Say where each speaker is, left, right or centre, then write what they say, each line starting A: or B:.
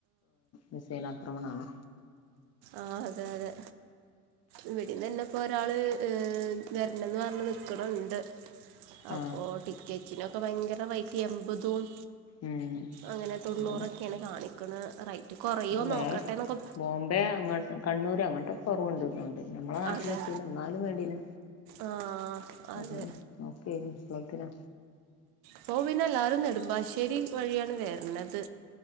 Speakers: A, on the left; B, on the right.
A: മിസൈൽ ആക്രമണമാണ്
B: ആഹ് അതെ അതെ ഇവിടന്ന് തന്നെ ഇപ്പോ ഒരാള് ഏഹ് വരണംന്ന് പറഞ്ഞ് നിക്ക്ണ് ണ്ട് അപ്പോ
A: ആ
B: ടിക്കറ്റിനൊക്കെ ഭയങ്കര റേറ്റ് എമ്പതും
A: ഉം
B: അങ്ങനെ തൊണ്ണൂറൊക്കെയാണ്
A: അതന്നെ
B: കാണിക്ക്ണെ റേറ്റ് കൊറയോ
A: പിന്നെ
B: നോക്കട്ടെ
A: വേറെ
B: ന്നൊക്കെ
A: ബോംബെ അങ്ങ് കണ്ണൂര് അങ്ങോട്ടൊക്കെ കുറവുണ്ട് തോന്ന്ണ്ട് നമ്മളെ നാട്ടിലെത്തൂല
B: അതെ
A: ന്നാലും വേണ്ടില്ല
B: ആ
A: തോർന്ന്
B: അതെ
A: നോക്കെനി അപ്ലോത്തിനാ
B: പ്പോ പിന്നെ എല്ലാരും നെടുമ്പാശ്ശേരി വഴിയാണ് വെര്ണത്